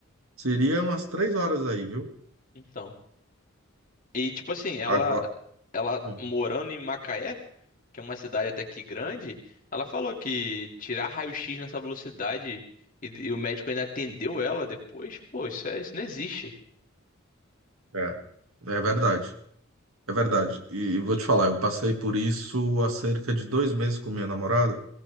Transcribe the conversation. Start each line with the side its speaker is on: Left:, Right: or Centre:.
Right: seria umas três horas aí, viu?
Left: então. E tipo assim, ela
Right: Agora.
Left: ela
Right: é.
Left: morando em Macaé, que é uma cidade até que grande, ela falou que tirar raio-x nessa velocidade e, e o médico ainda atendeu ela depois, pô, isso é, isso não existe.
Right: É, é verdade, é verdade. E, e vou te falar, eu passei por isso há cerca de dois meses com minha namorada.